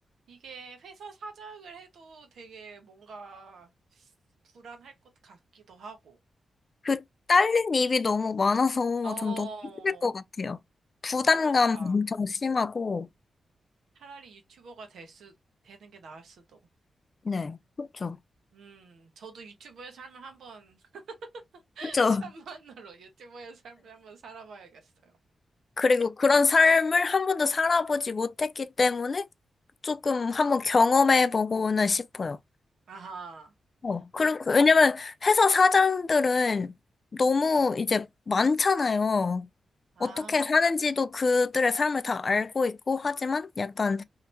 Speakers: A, on the right; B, on the left.
A: 이게 회사 사장을 해도 되게 뭔가 불안할 것 같기도 하고.
B: 그 딸린 입이 너무 많아서
A: 어,
B: 좀 너무 힘들 것 같아요. 부담감
A: 그렇다.
B: 엄청 심하고.
A: 차라리 유튜버가 될 수, 되는 게 나을 수도.
B: 네, 그렇죠.
A: 음, 저도 유튜버의 삶을 한번, <laughs>
B: 그렇죠.
A: 천만으로 유튜버의 삶을 한번 살아봐야겠어요.
B: 그리고 그런 삶을 한 번도 살아보지 못했기 때문에 조금 한번 경험해보고는 싶어요.
A: 아하,
B: 어, 그리고,
A: 어,
B: 왜냐면 회사 사장들은 너무 이제 많잖아요.
A: 아,
B: 어떻게 사는지도 그들의 삶을 다 알고 있고, 하지만 약간